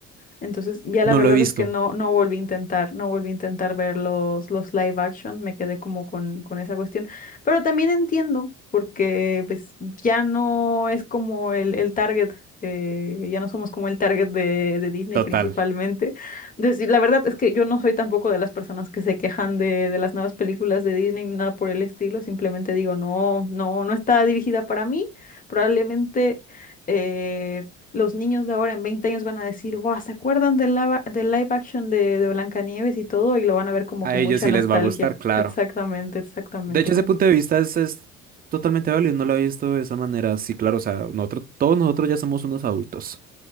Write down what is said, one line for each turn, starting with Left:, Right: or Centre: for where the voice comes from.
Left: Entonces, ya
Right: No
Left: la verdad
Right: lo he visto.
Left: es que no, no volví a intentar, no volví a intentar ver los, los live action, me quedé como con, con esa cuestión. Pero también entiendo, porque pues ya no es como el, el target, eh, ya no somos como el target de, de Disney
Right: Total.
Left: principalmente. Entonces, y la verdad es que yo no soy tampoco de las personas que se quejan de, de las nuevas películas de Disney, ni nada por el estilo, simplemente digo, no, no, no está dirigida para mí, probablemente... eh, los niños de ahora en 20 años van a decir, wow, ¿se acuerdan del lava- del live action de, de Blancanieves y todo? Y lo van a ver como con
Right: A ellos
Left: mucha
Right: sí
Left: nostalgia.
Right: les va a gustar, claro.
Left: Exactamente, exactamente.
Right: De hecho, ese punto de vista es, es totalmente válido, no lo había visto de esa manera. Sí, claro, o sea, nosotros, todos nosotros ya somos unos adultos,